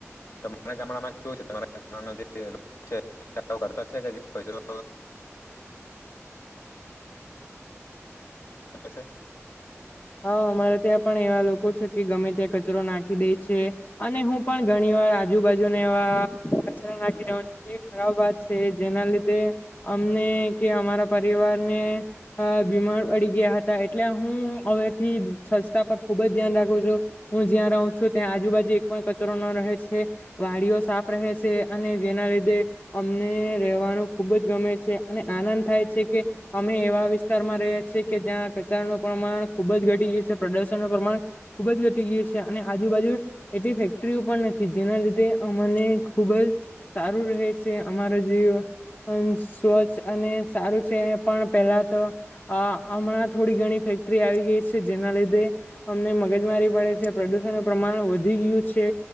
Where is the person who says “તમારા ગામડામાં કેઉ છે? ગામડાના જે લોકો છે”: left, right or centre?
Left